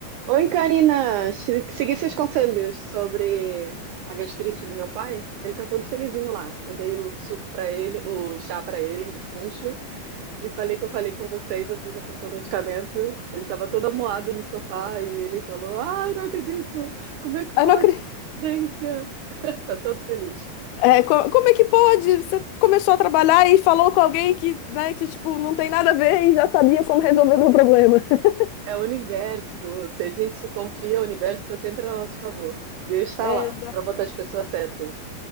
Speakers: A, on the right; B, on the left.
A: Oi, Karina. Se- Segui seus conselhos sobre a gastrite do meu pai. Ele tá todo felizinho lá. Eu dei o suco pra ele, o chá pra ele de funcho e falei que eu falei com você e você já passou o medicamento. Ele tava todo amuado no sofá e ele falou: "Ai, não acredito. Como é que pode?
B: Eu não acredito.
A: Dência. <laughs> Tá todo feliz.
B: É, co- como é que pode? Você começou a trabalhar e falou com alguém que, né, que tipo, não tem nada a ver e já sabia como resolver meu problema. <laughs>
A: É o universo. Se a gente confia, o universo está sempre a nosso favor. Deus está
B: Exa-
A: lá pra botar as pessoas certas